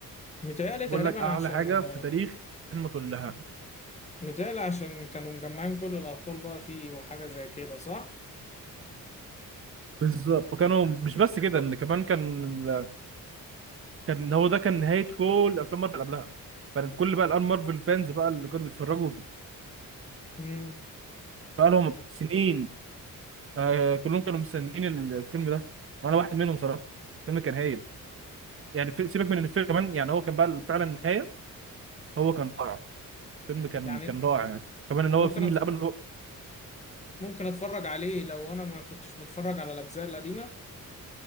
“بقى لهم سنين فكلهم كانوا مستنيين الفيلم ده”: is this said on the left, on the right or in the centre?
Right